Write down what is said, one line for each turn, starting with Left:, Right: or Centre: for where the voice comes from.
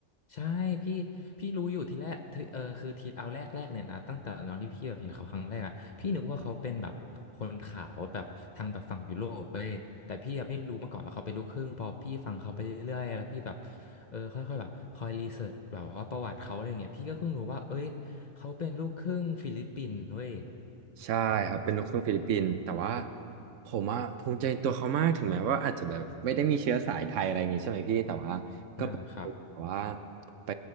Left: ใช่พี่พี่รู้อยู่ทีแรกทีเออคือทีเอาแรกแรกเนี่ยนะตั้งแต่ตอนที่พี่แบบเห็นเขาครั้งแรกอะพี่นึกว่าเขาเป็นแบบคนขาวแบบทางแบบฝั่งยุโรปเว้ยแต่พี่อะไม่รู้มาก่อนว่าเขาเป็นลูกครึ่งพอพี่ฟังเขาไปเรื่อยๆแล้วพี่แบบเออค่อยๆแบบคอยรีเสิร์ชแบบว่าประวัติเขาอะไรเงี้ยพี่ก็เพิ่งรู้ว่าเอ้ยเขาเป็นลูกครึ่งฟิลิปปินส์เว้ย
Right: ใช่ครับเป็นลูกครึ่งฟิลิปปินส์แต่ว่าผมอะภูมิใจในตัวเขามากถึงแม้ว่าอาจจะแบบไม่ได้มีเชื้อสายไทยอะไรอย่างงี้ใช่ไหมพี่แต่ว่าก็เป็นแบบว่า
Left: อ่าครับ
Right: ไป